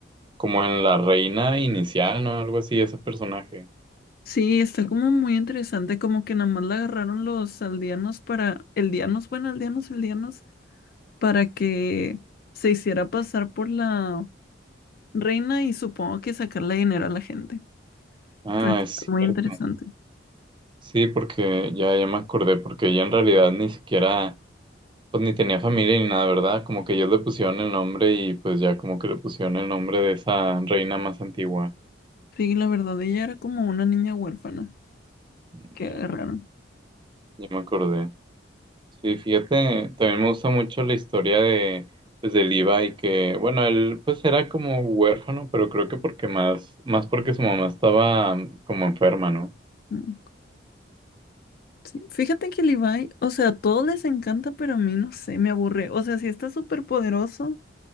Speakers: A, on the right (about 25°); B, on the left (about 55°).
A: como en la reina inicial, ¿no? Algo así, ese personaje.
B: Sí, está como muy interesante, como que nada más la agarraron los aldeanos para, eldianos, bueno, aldeanos, eldianos, para que se hiciera pasar por la reina y supongo que sacarle dinero a la gente.
A: Ah,
B: Pero está
A: es
B: muy
A: cierto.
B: interesante.
A: Sí, porque ya, ya me acordé, porque ella en realidad ni siquiera, pues ni tenía familia ni nada, ¿verdad? Como que ellos le pusieron el nombre y pues ya como que le pusieron el nombre de esa reina más antigua.
B: Sí, la verdad, ella era como una niña huérfana
A: Mm,
B: que agarraron.
A: Ya, ya me acordé. Sí, fíjate, también me gusta mucho la historia de, pues, de Levi, que, bueno, él pues era como huérfano, pero creo que porque más, más porque su mamá estaba mm, como enferma, ¿no?
B: Ujú. Sí, fíjate que Levi, o sea, a todos les encanta, pero a mí no sé, me aburre. O sea, sí está súper poderoso,